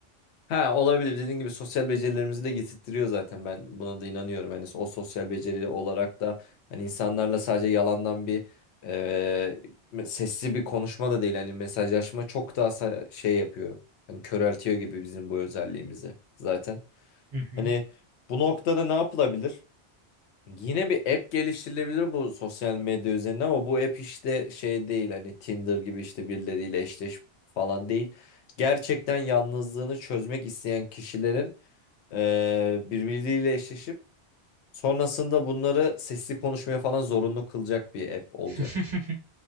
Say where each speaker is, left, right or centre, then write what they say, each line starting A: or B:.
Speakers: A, on the left; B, on the right.
A: Ha olabilir. Dediğin gibi sosyal becerilerimizi de getirttiriyor zaten. Ben buna da inanıyorum. Yani o sosyal beceri olarak da hani insanlarla sadece yalandan bir e, me- sesli bir konuşma da değil. Hani mesajlaşma çok daha sa- şey yapıyor. Hani köreltiyor gibi bizim bu özelliğimizi zaten.
B: Hı hı.
A: Hani bu noktada ne yapılabilir? Yine bir app geliştirilebilir bu sosyal medya üzerine ama bu app işte şey değil hani Tinder gibi işte birileriyle eşleş falan değil. Gerçekten yalnızlığını çözmek isteyen kişilerin eee birbirleriyle eşleşip sonrasında bunları sesli konuşmaya falan zorunlu kılacak bir app olacak.
B: <laughs>